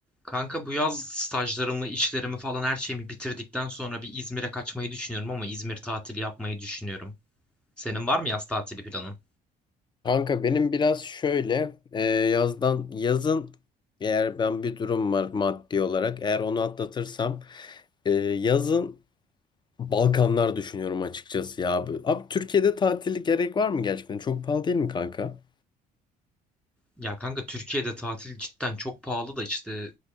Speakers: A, in the centre; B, on the left.
A: Kanka bu yaz stajlarımı, işlerimi falan her şeyimi bitirdikten sonra bir İzmir'e kaçmayı düşünüyorum ama İzmir tatili yapmayı düşünüyorum. Senin var mı yaz tatili planın?
B: Kanka benim biraz şöyle e, yazdan yazın eğer ben bir durum var maddi olarak eğer onu atlatırsam e, yazın Balkanlar düşünüyorum açıkçası ya abi. Abi Türkiye'de tatili gerek var mı gerçekten? Çok pahalı değil mi kanka?
A: Ya kanka Türkiye'de tatil cidden çok pahalı da işte